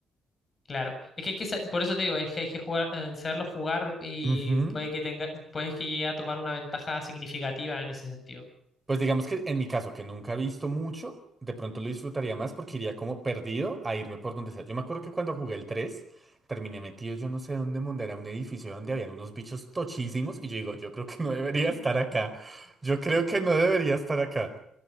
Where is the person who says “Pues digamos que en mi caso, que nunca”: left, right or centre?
Right